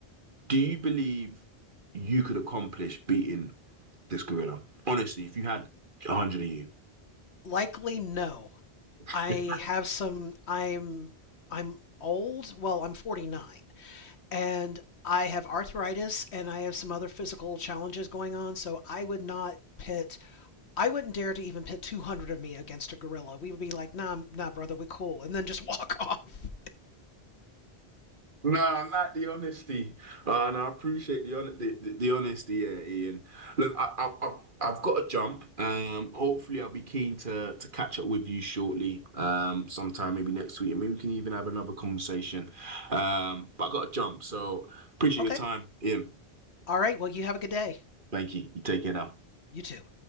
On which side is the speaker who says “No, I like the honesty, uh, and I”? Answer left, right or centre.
Right